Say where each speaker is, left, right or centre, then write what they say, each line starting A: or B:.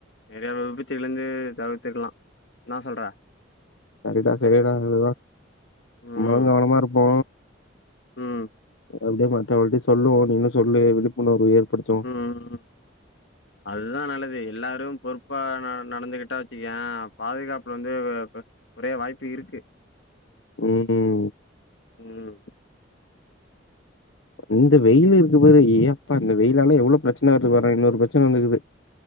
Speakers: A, on the left (about 65°); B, on the left (about 85°).
A: நிறைய விபத்துகல்லேந்து தவிர்த்துக்கலா என்னா சொல்ற
B: சரிடா சரிடா அதுதா நம்மதா
A: ம்
B: கவனமா இருப்போ
A: ம்
B: அப்டியே மத்தவள்டயு சொல்லுவோ நீனு சொல்லு விழிப்புணர்வு ஏற்படுத்து
A: ம் ம் அதுதா நல்லது எல்லாரும் பொறுப்பா ந நடந்துகிட்டா வச்சுக்கயே பாதுகாப்பு வந்து ஒரே வாய்ப்பு இருக்கு
B: ம்
A: ம்
B: இந்த வெயிலு இருக்கு பாரு ஏ அப்பா இந்த வெயிலால எவ்ளோ பிரச்சன வருது பாறே இன்னொரு பிரச்சன வந்துக்குது